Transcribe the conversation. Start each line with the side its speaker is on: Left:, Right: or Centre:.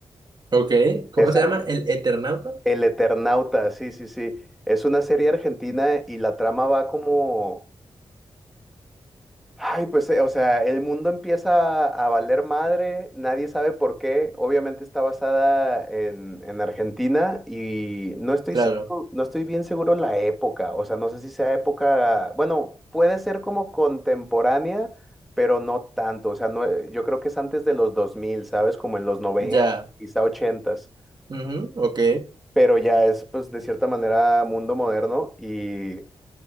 Right: Ok, ¿cómo
Centre: Es
Right: se
Centre: ar-
Right: llama? ¿El Eternauta?
Centre: El Eternauta, sí, sí, sí. Es una serie argentina y la trama va como... Ay, pues, eh, o sea, el mundo empieza a valer madre, nadie sabe por qué. Obviamente está basada en, en Argentina y no estoy
Right: Claro,
Centre: seguro- no estoy bien seguro la época. O sea, no sé si sea época, bueno, puede ser como contemporánea, pero no tanto. O sea, no, eh, yo creo que es antes de los 2000, ¿sabes? Como en los noventa
Right: ya.
Centre: quizá 80s.
Right: Ujú, ok.
Centre: Pero ya es, pues, de cierta manera mundo moderno y